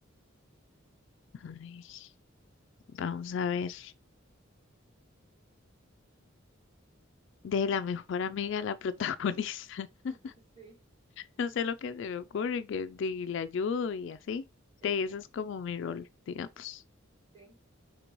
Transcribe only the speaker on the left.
Ay, vamos a ver. De la mejor amiga de la protagonista. <laughs>
No sé lo que se me ocurre, que di- le ayudo y así.
De eso es como mi rol, digamos.